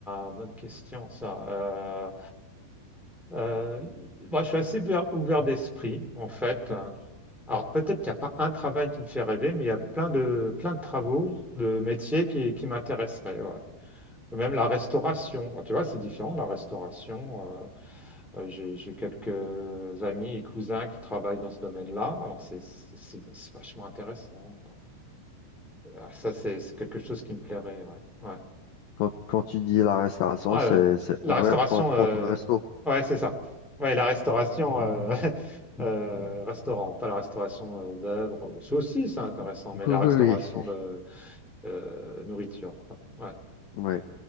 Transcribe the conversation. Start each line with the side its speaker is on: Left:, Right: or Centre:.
Centre: ah, bonne question, ça. Euh, euh, moi, je suis assez ouvert, ouvert d'esprit, en fait. Alors, peut-être qu'il n'y a pas un travail qui me fait rêver, mais il y a plein de, plein de travaux, de métiers qui, qui m'intéresseraient. ouais. Même la restauration. Tu vois, c'est différent, la restauration. euh, euh, J'ai j'ai quelques amis et cousins qui travaillent dans ce domaine-là. Alors, c'est c'est- c'est- c'est vachement intéressant, quoi. Ah, Ça, c'est c'est quelque chose qui me plairait. Ouais. Ouais.
Left: Quand, quand tu dis la restauration,
Centre: Ouais, euh,
Left: c'est, c'est
Centre: la
Left: ouvrir
Centre: restauration,
Left: ton propre
Centre: euh,
Left: resto.
Centre: ouais, c'est ça. Ouais, la restauration, euh, <laughs> euh, restaurant, pas la restauration euh, d'œuvres ou ça aussi, c'est intéressant, mais
Left: <laughs>
Centre: la
Left: Oui, oui,
Centre: restauration
Left: oui.
Centre: de euh, nourriture, quoi. Ouais.
Left: Oui.